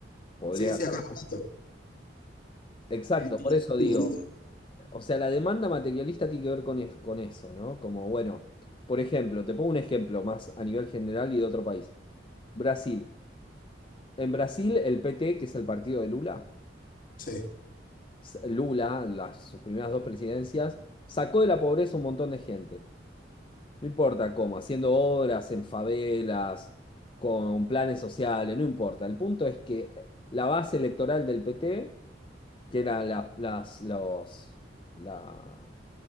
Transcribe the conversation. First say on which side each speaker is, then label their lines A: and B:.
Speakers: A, on the left; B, on the left.
A: Podría
B: Sí, sí,
A: gastar.
B: acá me gasto.
A: Exacto,
B: Y,
A: por
B: y así,
A: eso digo.
B: boludo.
A: O sea, la demanda materialista tiene que ver con, es- con eso, ¿no? Como, bueno, por ejemplo, te pongo un ejemplo más a nivel general y de otro país. Brasil. En Brasil, el PT, que es el partido de Lula,
B: Sí,
A: s- Lula, las, sus primeras dos presidencias, sacó de la pobreza un montón de gente. No importa cómo, haciendo obras en favelas, con planes sociales, no importa. El punto es que la base electoral del PT, que era la, las, los, la-